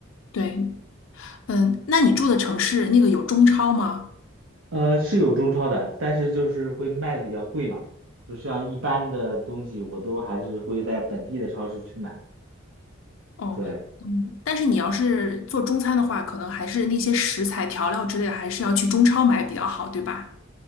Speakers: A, on the left (about 75°); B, on the right (about 75°).
A: 对，嗯，那你住的城市那个有中超吗？
B: 呃，是有中超的，但是就是会卖的比较贵嘛，就像一般的东西我都还是会在本地的超市去买。
A: 哦，
B: 对，
A: 嗯，但是你要是做中餐的话，可能还是那些食材、调料之类的，还是要去中超买比较好，对吧？